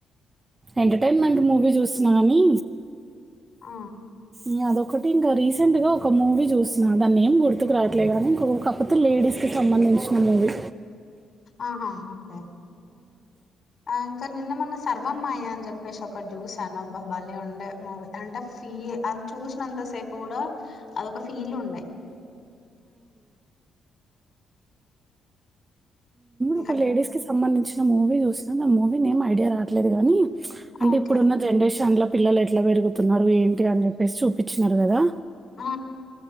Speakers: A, on the right (about 25°); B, on the left (about 50°).
A: ఎంటర్టైన్మెంట్ మూవీ చూస్తున్నా కాని
B: ఆ
A: న అదొకటి ఇంకా రీసెంట్గా ఒక మూవీ చూస్తున్నాను దాన్ని ఏం గుర్తుకు రావట్లేదు కానీ ఇంకొ కాకపోతే లేడీస్కి సంబంధించిన మూవీ
B: ఆహా అఓకే ఆ ఇంకా నిన్న మొ సర్వమ్మాయ అని చెప్పేసి ఒక చూసానుబ్బా భలే ఉండే మూవీ అంటే ఫీ అ చూసినంత సేపు కూడా అదొక ఫీల్ ఉండే ఇంకా
A: ఒక లేడీస్ కి సంబంధించిన మూవీస్ చు చూస్తు ఆ మూవీని ఏం ఐడియా రావట్లేదు కానీ అంటే
B: ఓకే
A: ఇప్పుడున్న జనరేషన్ లో పిలలు ఎట్లా పెరుగు న్నారు ఏంటి అని చెప్పి రెస్ చూపించినారు కదా
B: ఆ